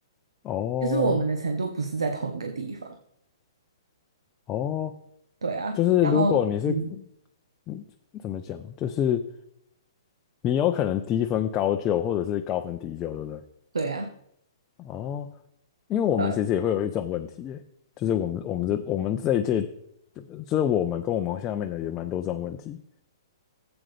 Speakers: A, on the left (about 25°); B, on the right (about 85°).
A: 哦
B: 就是我们的程度不是在同一个地方。
A: 哦，
B: 对啊，
A: 就是如果你是
B: 然后嗯，
A: 嗯怎么讲，就是你有可能低分高就，或者是高分低就，对不对？
B: 对啊，
A: 哦，因为我们其实也会有一种问题耶，
B: 对啊，
A: 就是我们我们这我们这一届，就是我们跟我们下面的也蛮多这种问题，